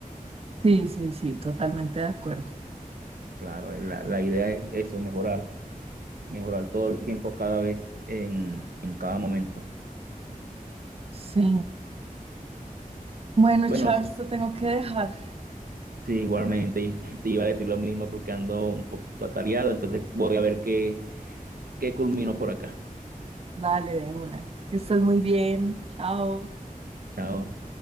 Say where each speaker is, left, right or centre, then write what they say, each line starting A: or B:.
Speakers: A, on the right (about 40°); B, on the right (about 85°).
A: Sí, sí, sí, totalmente de acuerdo.
B: Claro, eh, la, la idea es eso, mejorar, mejorar todo el tiempo, cada vez, en, en cada momento.
A: Sí. Bueno,
B: Bueno,
A: Charles, te tengo que dejar.
B: sí, igualmente y <laughs> te iba a decir lo mismo porque ando un poquito atareado, entonces voy a ver qué, qué culmino por acá.
A: Dale, de una. Que estés muy bien. Chao.
B: Chao.